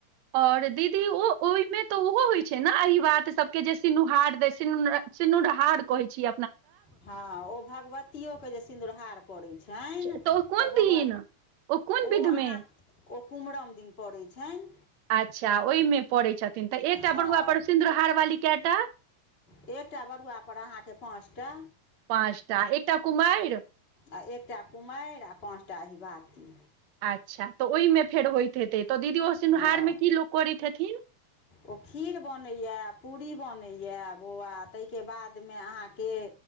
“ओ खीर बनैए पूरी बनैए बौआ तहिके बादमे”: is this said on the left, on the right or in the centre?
Left